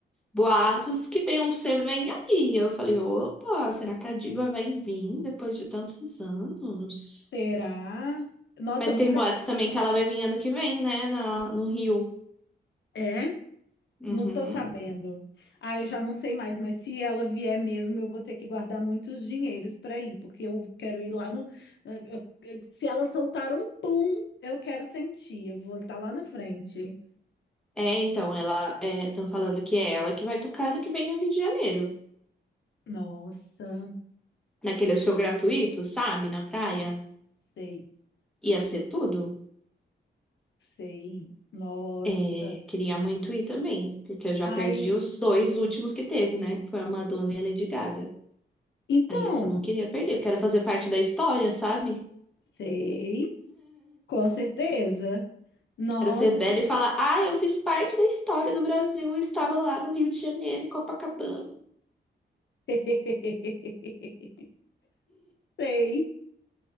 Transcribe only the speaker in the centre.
boatos que Beyoncé vem aí. Eu falei, opa, será que a diva vai vir depois de tantos anos?
Mas
tem boatos
também que ela vai vir ano que vem, né? Na, no Rio.
Uhum.
É, então, ela. Estão falando que é ela que vai tocar ano que vem no Rio de Janeiro.
Naquele show gratuito, sabe? Na praia.
Ia ser tudo.
É, queria muito ir também, porque eu já
perdi os dois últimos que teve, né? que Foi a Madonna e a Lady Gaga.
Aí esse eu não queria perder. Eu quero fazer parte da história, sabe?
Quero ser velha
e falar: ah, eu fiz parte da história do Brasil e estava lá no Rio de Janeiro, em Copacabana.